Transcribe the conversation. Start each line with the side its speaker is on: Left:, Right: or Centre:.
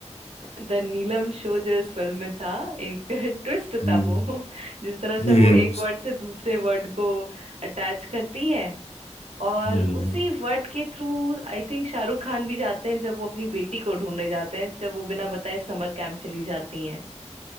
Right: The Neelam show जो इस फिल्म में था एक <laughs> ट्विस्ट
Left: जी
Right: था वो जिस तरह
Left: जी
Right: से वो एक वर्ड से दूसरे वर्ड को अटैच करती है और
Left: हम्म,
Right: उसी वर्ड के through I think Shahrukh Khan भी जाते हैं जब वो अपनी बेटी को ढूंढने जाते हैं जब वो बिना बताए समर कैंप चली जाती हैं